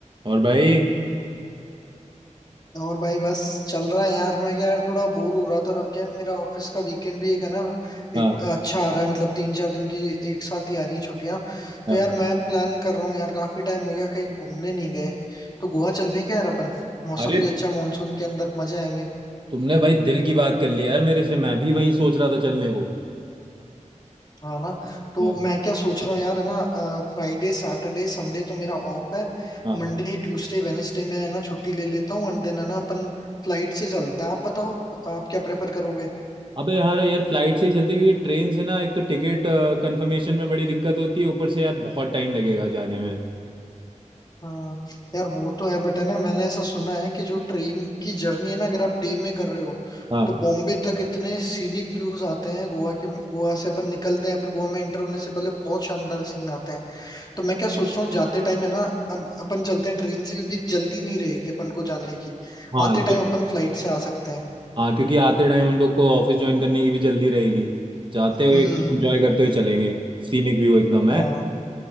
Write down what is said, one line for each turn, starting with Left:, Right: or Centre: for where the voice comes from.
Right: और भाई
Left: और भाई बस चल रहा है यार मैं क्या यार थोड़ा बोर हो रहा था और अब क्या है, मेरा ऑफिस का वीकेंड भी एक है ना
Right: हाँ
Left: एक अच्छा आ रहा है मतलब तीन चार दिन की एक साथ ही आ रही है छुट्टियां तो
Right: हाँ
Left: यार मैं प्लान कर रहा हूँ यार काफी टाइम हो गया कहीं घूमने नहीं गए तो गोवा चल रहे हैं क्या यार अपन मौसम
Right: अरे
Left: भी अच्छा है मानसून के अंदर मजे आएंगे
Right: तुमने भाई दिल की बात कर ली यार मेरे से मैं भी वहीं सोच रहा था चलने को
Left: हाँ ना तो
Right: हाँ
Left: मैं क्या सोच रहा हूँ यार है ना फ्राइडे सैटरडे संडे तो मेरा ऑफ है
Right: हाँ
Left: मंडे ट्यूसडे वेनेसडे में है ना छुट्टी ले लेता हूँ एंड देन है ना अपन फ्लाइट से चलते हैं आप बताओ आप क्या प्रेफर करोगे
Right: अबे यार यार फ्लाइट से ही चलते क्योंकि ट्रेन से ना एक तो टिकट कंफर्मेशन में बड़ी दिक्कत होती है ऊपर से यार बहुत टाइम लगेगा जाने में
Left: हाँ यार वो तो है बट है ना मैंने ऐसा सुना है कि जो ट्रेन की जर्नी है ना अगर आप डे में कर रहे हो
Right: हाँ
Left: तो बॉम्बे तक इतने सीनिक व्यूज आते हैं गोवा के गोवा से अपन निकलते हैं फिर गोवा में एंटर होने से पहले बहुत शानदार सीन आते हैं तो मैं क्या सोच रहा हूँ जाते टाइम है ना अब अपन चलते हैं ट्रेन से क्योंकि जल्दी नहीं रहेगी अपन को जाने की
Right: हाँ
Left: आते
Right: ये
Left: टाइम अपन फ्लाइट से आ सकते हैं
Right: हाँ क्योंकि आते टाइम हम लोग को ऑफिस ज्वाइन करने की भी जल्दी रहेगी जाते हुए
Left: हम्म
Right: एकदम एंजॉय करते हुए चलेंगे सीनिक व्यू एकदम है
Left: हाँ